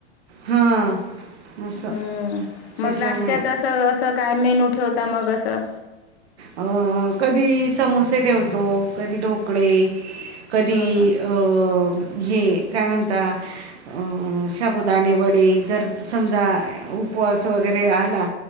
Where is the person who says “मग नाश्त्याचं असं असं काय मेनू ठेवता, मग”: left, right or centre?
Left